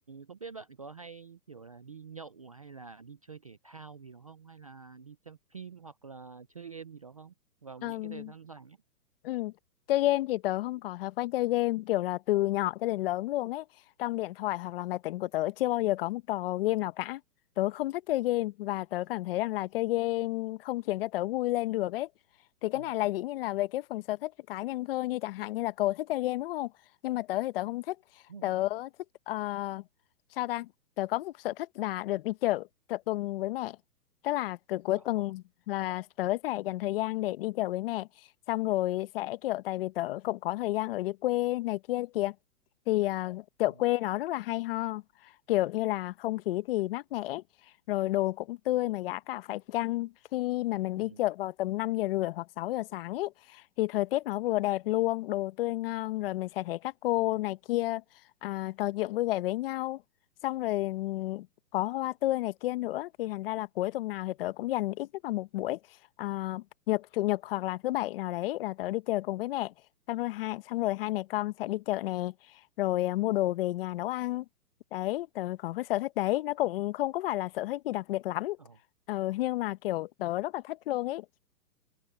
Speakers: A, on the right; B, on the left.
A: không biết bạn có hay kiểu là đi nhậu hay là đi chơi thể thao gì đó không hay là đi xem phim hoặc là chơi game gì đó không vào
B: Ừm,
A: những cái thời gian rảnh ấy
B: ừm, Chơi game thì tớ không có thói quen chơi game kiểu là từ nhỏ cho đến lớn luôn ấy. Trong điện thoại hoặc là máy tính của tớ chưa bao giờ có một trò game nào cả. Tớ không thích chơi game và tớ cảm thấy rằng là chơi game không khiến cho tớ vui lên được ấy. Thì cái
A: ừ.
B: này là dĩ nhiên là về cái phần sở thích cá nhân thôi như chẳng hạn như là cậu thích chơi game đúng không? Nhưng mà tớ thì tớ không thích.
A: ừ.
B: Tớ thích ờ, sao ta? Tớ có một sở thích là được đi chợ, chợ tuần với mẹ. Tức là cứ cuối
A: Ồ.
B: tuần là tớ sẽ dành thời gian để đi chợ với mẹ xong rồi sẽ kiểu tại vì tớ cũng có thời gian ở dưới quê này kia kìa thì à, chợ
A: Ừ.
B: quê nó rất là hay ho kiểu như là không khí thì mát mẻ rồi đồ cũng tươi mà giá cả phải chăng khi mà mình
A: Ừ.
B: đi chợ vào tầm 5 giờ rưỡi hoặc 6 giờ sáng ấy thì thời tiết nó vừa đẹp luôn đồ tươi ngon rồi mình sẽ thấy các cô này kia à, trò chuyện vui vẻ với nhau xong rồi có hoa tươi này kia nữa thì thành ra là cuối tuần nào thì tớ cũng dành ít nhất là một buổi à, nhật chủ nhật hoặc là thứ bảy nào đấy là tớ đi chợ cùng với mẹ xong rồi hai xong rồi hai mẹ con sẽ đi chợ nè rồi à, mua đồ về nhà nấu ăn đấy tớ có cái sở thích đấy nó cũng không có phải là sở thích gì đặc biệt lắm
A: Ồ.
B: ờ, nhưng mà kiểu tớ rất là thích luôn ý